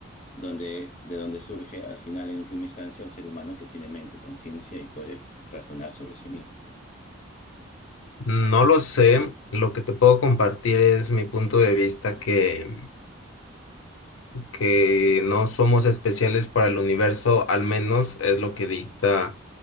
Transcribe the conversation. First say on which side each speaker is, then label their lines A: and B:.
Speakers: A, on the left; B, on the left.
A: donde, de donde surge al final, en última instancia, el ser humano que tiene mente y conciencia y puede razonar sobre sí mismo.
B: No lo sé, lo que te puedo compartir es mi punto de vista que que no somos especiales para el universo, al menos es lo que dicta